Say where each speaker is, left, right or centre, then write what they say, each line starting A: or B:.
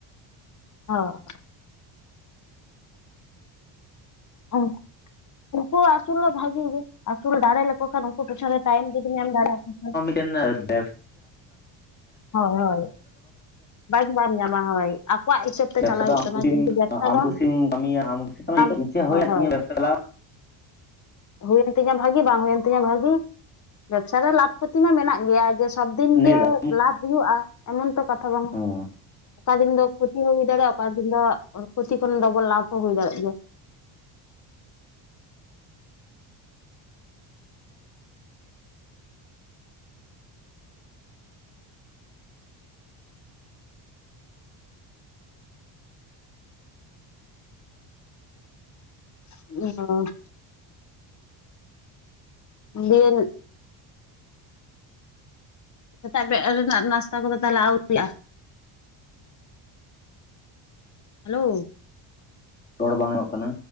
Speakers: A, on the left; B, on the left.
A: <unintelligible> ᱩᱱᱠ ᱩᱱᱠᱩ ᱟᱹᱥᱩᱞ ᱦᱚᱸ ᱵᱷᱟᱜᱤ ᱜᱮ ᱟᱹᱥᱩᱞ ᱫᱟᱲᱮ ᱞᱮᱠᱚ ᱠᱷᱟᱱ ᱩᱱᱠᱩ ᱯᱤᱪᱷᱚᱱ ᱨᱮ ᱴᱟᱭᱤᱢ ᱡᱚᱫᱤᱢ ᱮᱢ ᱫᱟᱲᱮᱭᱟ ᱠᱷᱟᱱ
B: <unintelligible>
A: ᱦᱳᱭ ᱦᱳᱭ ᱵᱟᱡ ᱵᱟᱢ ᱧᱟᱢᱟ ᱦᱳᱭ ᱟᱠᱚᱣᱟᱜ ᱦᱤᱥᱟᱹᱵ ᱛᱮ
B: ᱵᱮᱵᱥᱟ
A: ᱪᱟᱞᱟᱜ
B: ᱫᱚ
A: ᱦᱩᱭᱩᱜ ᱛᱟᱢᱟ
B: ᱠᱩᱥᱤᱢ
A: ᱠᱤᱱᱛᱩ ᱵᱮᱵᱽᱥᱟ
B: ᱟᱢ
A: ᱫᱚ
B: ᱠᱩᱥᱤᱢ ᱠᱟᱹᱢᱤᱭᱟ ᱟᱢ ᱠᱩᱥᱤᱢ ᱛ <unintelligible>
A: ᱟᱢ
B: ᱪᱮᱫ ᱦᱳᱭᱟ
A: ᱦᱳᱭ ᱦᱳᱭ
B: ᱛᱤᱧᱟ <unintelligible>
A: ᱦᱩᱭᱮᱱ ᱛᱤᱧᱟ ᱵᱷᱟᱜᱤ ᱵᱟᱝ ᱦᱩᱭᱮᱱ ᱛᱤᱧᱟ ᱵᱷᱟᱹᱜᱤ ᱵᱮᱵᱽᱥᱟ ᱨᱮ ᱞᱟᱵᱷ ᱠᱷᱚᱛᱤ ᱢᱟ ᱢᱮᱱᱟᱜ ᱜᱮᱭᱟ, ᱡᱮ ᱥᱚᱵ ᱫᱤᱱᱜᱮ
B: ᱱᱤᱭᱟᱹ ᱫᱟᱜ
A: ᱞᱟᱵᱷ ᱦᱩᱭᱩᱜᱼᱟ ᱮᱢᱚᱱ ᱛᱚ ᱠᱟᱛᱷᱟ ᱵᱟᱝᱼᱟ
B: ᱦᱮᱸ,
A: ᱚᱠᱟ ᱫᱤᱱ ᱫᱚ ᱠᱷᱚᱛᱤ ᱦᱚᱸ ᱦᱩᱭ ᱫᱟᱲᱮᱭᱟᱜᱼᱟ, ᱚᱠᱟ ᱫᱤᱱ ᱫᱚ ᱠᱷᱚᱛᱤ ᱠᱷᱚᱱ ᱰᱚᱵᱚᱞ ᱞᱟᱵᱷ ᱦᱚᱸ ᱦᱩᱭ ᱫᱟᱲᱮᱭᱟᱜ ᱜᱮᱭᱟ᱾ <unintelligible> ᱫᱤᱭᱮᱱ, ᱥᱮᱛᱟᱜ ᱵᱮᱫ ᱨᱮᱱᱟᱜ ᱱᱟᱥᱛᱟ ᱠᱚᱫᱚ ᱛᱟᱦᱚᱞᱮ ᱟᱹᱣᱭᱨᱤ ᱭᱟᱜ-ᱟ, ᱦᱮᱞᱳ᱾
B: ᱨᱚᱲ ᱵᱟᱝ ᱚᱜ ᱠᱟᱱᱟ᱾